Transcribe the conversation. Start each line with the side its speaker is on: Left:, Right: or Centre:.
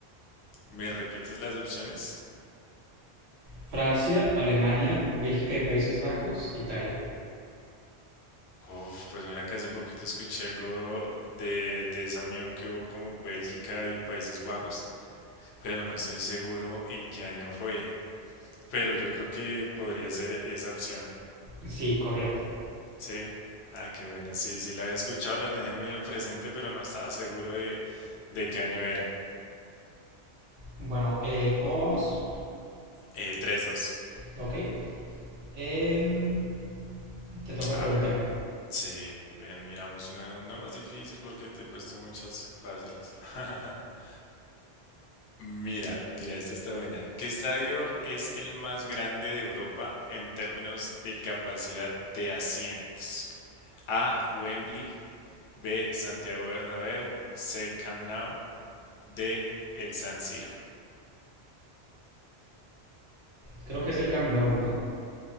Left: ¿Me repites las opciones?
Right: Francia, Alemania, Bélgica y Países Bajos, Italia.
Left: Uf, pues mira que hace poquito escuché algo de, de esa unión que hubo como Bélgica y Países Bajos, pero no estoy seguro en qué año fue. pero yo creo que podría ser esa opción.
Right: Sí, correcto.
Left: Sí. Ah, qué bueno. Sí, sí, la había escuchado, la tenía medio presente, pero no estaba seguro de, de qué año era.
Right: Bueno, eh, ¿cómo vamos?
Left: Eh, 3-2.
Right: Ok. Em, te toca
Left: A
Right: preguntarme.
Left: ver. Sí, bien, miramos una, una más difícil porque te he puesto muchas fáciles. <laughs> Mira, mira, esta está buena. ¿Qué estadio es el más grande de Europa en términos de capacidad de asientos? A. Wembley. B. Santiago Bernabéu. C. Camp Nou. de el San Siro.
Right: Creo que es el Camp Nou, ¿no?